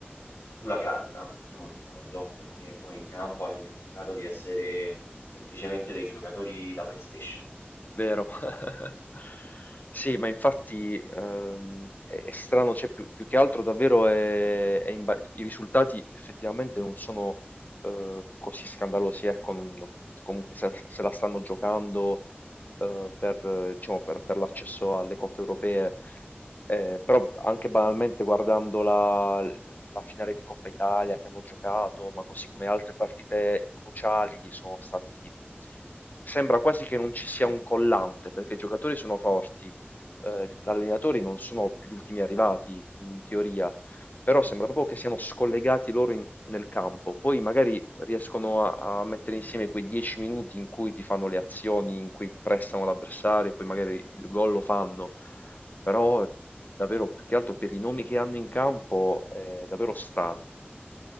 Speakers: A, on the left; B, on the left.
A: sulla carta sono d'accordo, perché poi in campo hanno dimostrato di essere semplicemente dei giocatori da PlayStation.
B: Vero. <laughs> Sì, ma infatti ehm, è, è strano, cioè, più, più che altro davvero è- è imba- i risultati effettivamente non sono eh, così scandalosi, ecco, non- non- comunque se, se la stanno giocando eh, per, eh, diciamo, per- per l'accesso alle coppe europee, eh, però anche banalmente guardando la finale di Coppa Italia che hanno giocato, ma così come altre partite cruciali sono stati... Sembra quasi che non ci sia un collante, perché i giocatori sono forti, eh, gli allenatori non sono gli ultimi arrivati in teoria, però sembra proprio che siano scollegati loro in- nel campo. Poi magari riescono a, a mettere insieme quei 10 minuti in cui ti fanno le azioni, in cui prestano l'avversario, e poi magari il gol lo fanno. Però davvero più che altro per i nomi che hanno in campo è davvero strano.